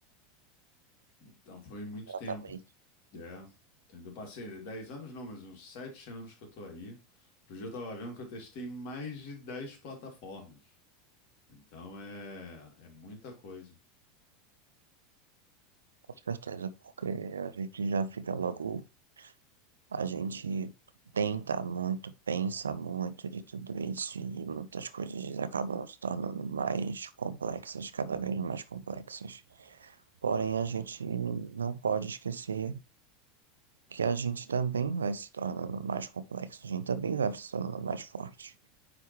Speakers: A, on the left (about 55°); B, on the right (about 80°).
A: Então foi muito
B: Exatamente,
A: tempo. É, entendeu? Passei 10 anos não, mas uns 7 anos que eu tô aí. Outro dia eu tava vendo que eu testei mais de 10 plataformas. Então é, é muita coisa.
B: com certeza, porque a gente já fica logo, a gente tenta muito, pensa muito de tudo isso e muitas coisas acabam se tornando mais complexas, cada vez mais complexas. Porém, a gente não pode esquecer que a gente também vai se tornando mais complexo, a gente também vai se tornando mais forte.